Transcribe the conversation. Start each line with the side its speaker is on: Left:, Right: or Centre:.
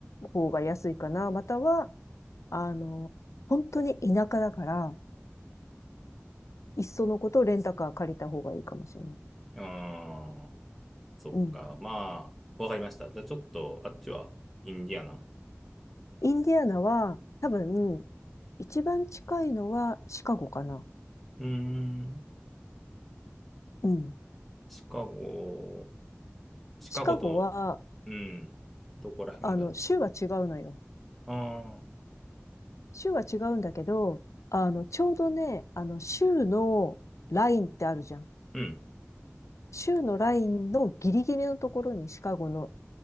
Left: 方が安いかな。または、あの、本当に田舎だから、いっそのことレンタカー借りた方がいいかもしれない。
Centre: ああ、そっか。
Left: うん。
Centre: まあ、わかりました。じゃあちょっと、あっちは、インディアナ。う
Left: インディアナは、多分、一番近いのはシカゴかな。
Centre: ーん。
Left: うん。
Centre: シカゴ、シカゴと、
Left: シカゴは、
Centre: うん。どこら辺だろ
Left: あの、州は違うのよ。
Centre: う。ああ。
Left: 週は違うんだけど、あの、ちょうどね、あの、週のラインってあるじゃん。
Centre: うん。
Left: 週のラインのギリギリのところにシカゴの